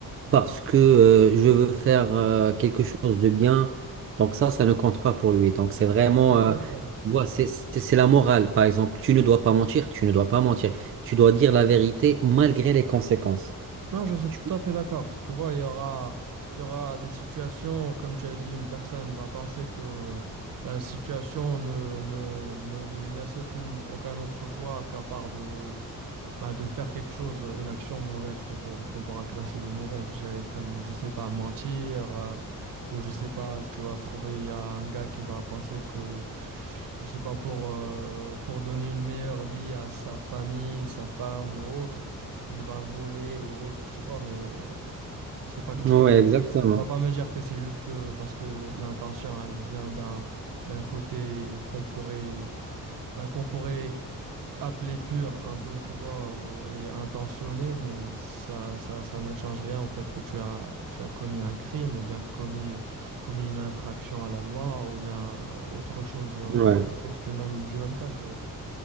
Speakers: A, on the right; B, on the right.
A: parce que euh, je veux faire euh, quelque chose de bien, donc ça, ça ne compte pas pour lui. Donc, c'est vraiment,
B: Exactement.
A: euh, tu vois, c'est c'est- c'est la morale. Par exemple, tu ne dois pas mentir, tu ne dois pas mentir. Tu dois dire la vérité malgré les conséquences.
B: Non, je suis
A: Tu-
B: tout à fait d'accord. Tu vois, il y aura, il y aura des situations où, comme tu as dit, une personne va penser que la situation ne, ne, ne lui laisse aucune, aucun autre choix qu'à part de, Bah, de faire quelque chose, euh, une action mauvaise qu'on peut, qu'on pourra classer de mauvaise, je dirais comme, je sais pas, mentir, euh, ou je sais pas, tu vas trouver, il y a un gars qui va penser que, je sais pas, pour, euh, pour donner une meilleure vie à sa famille, sa femme ou autre, il va voler ou autre, tu vois, mais euh, c'est pas
A: vois.
B: question.
A: Ouais, exactement.
B: Tu vas pas me dire que c'est juste que parce que l'intention, elle vient d'un d'un côté qu'on pourrait, ben, qu'on pourrait appelé pur un peu, tu vois, ou- et intentionné, mais ça, ça, ça ne change rien au fait que tu as, tu as commis un crime ou bien commis, commis une infraction à la loi ou bien autre chose, euh,
A: Ouais.
B: autre chose du même, du même cas, je dirais.